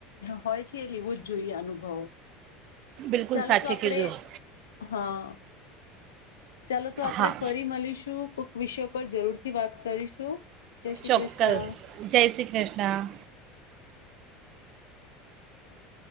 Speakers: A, on the left; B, on the right.
A: હોય છે એ લેવો જ જોઈએ અનુભવો
B: બિલકુલ
A: ચાલો
B: સાચી
A: તો આપડે
B: કીધું
A: હા ચાલો તો આપણેે
B: હા
A: ફરી મલીશું કોક વિષય પર જરૂર થી વાત કરીશું જય શ્રી
B: ચોક્કસ
A: કૃષ્ણ
B: જય શ્રી કૃષ્ણ
A: <unintelligible>